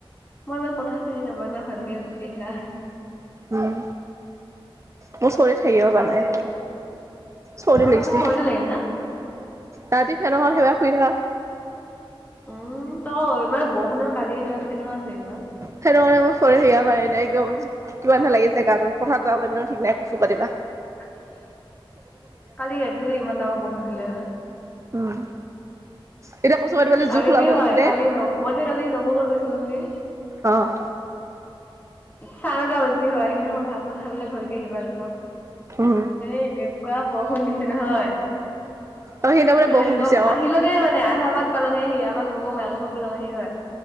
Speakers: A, on the left (about 20°); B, on the right (about 30°).
A: মই ইমান কথা চিনি নাপাওঁ না ভালকে বিঘা।
B: উম মোৰ চৰদি থাকিব নাই
A: চিনি
B: চৰদি
A: আৰু
B: লাগিছে।
A: তোৰ চৰ্দি লাগিলে হা
B: ৰাতি ফেনৰ সেয়াত শুই থাকা।
A: উম', তই ইমান বৰষুণৰ কালি এতি ফে অহাৰ শুই আছা।
B: সেইটো কাৰণে মোৰ চৰি সে পাৰ একদম কিমানহ লাগিছে গা পথাত যোৱা প ঠিক নাই কছু কাটিব।
A: <unintelligible> কালিয এ ৰাতি ইমান ডাঙৰ বৰখোন দিলে।
B: উম এতিয়া কচু কাটিবলে জোখ
A: আৰু
B: ওলাব
A: দি হয়।
B: কিন্তু দেই
A: কালি ন মইতো কালি নৱঘৰত গৈছিলো যে।
B: অঁ'।
A: চাৰেটা বাজি হয় সেইখিনি সময় ভাত চা খাই পেলাই ঘৰকে আহি পাল।
B: উম
A: এনেকুৱা বৰষুণ দিছে নহয়।
B: অ সেইদিনা
A: কি
B: বোলে
A: কয়
B: বৰষুণ
A: এৰকম
B: দিছে আকৌ
A: আহিলোঙে মানে। আধা-বাত পালঙে আহি আমাৰ নবৌ মাক ঘৰ পালং আহি হয়।